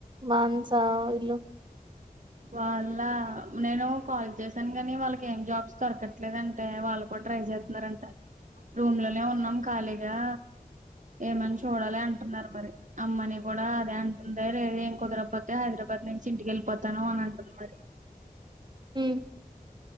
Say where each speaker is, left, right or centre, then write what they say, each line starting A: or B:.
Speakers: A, on the right; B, on the right.
A: బాస వీళ్ళు
B: వాళ్ళ నేను కాల్ చేశాను కాని వాళ్ళకి ఏం జాబ్స్ దొరకట్లేదుంటే వాళ్ళ కూడా ట్రై చేస్తున్నారంట రూమ్ లోనే ఉన్నాం ఖాళీగా ఏమని చూడాలి అంటున్నారు మరి అమ్మని కూడా అదే అంటుంద లేదదు ఏం కుదరప్పక హైదరాబాద్ అక్కడి నుంచి ఇంటికెళ్ళిపోతాను అని అంటు మరి
A: హ